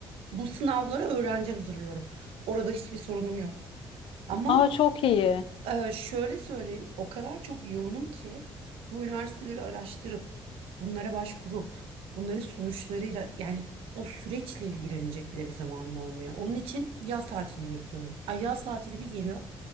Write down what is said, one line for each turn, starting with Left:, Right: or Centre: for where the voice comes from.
Right: Bu sınavlara öğrenci hazırlıyorum. Orada hiçbir sorunum yok. Ama
Left: Aa çok iyi.
Right: e, şöyle söyleyeyim, o kadar çok yoğunum ki bu üniversiteleri araştırıp, bunlara başvurup, bunların sonuçlarıyla yani o süreçle ilgilenecek bile bir zamanım olmuyor. Onun için yaz tatilini bekliyorum. Ay yaz tatili bir geliyor,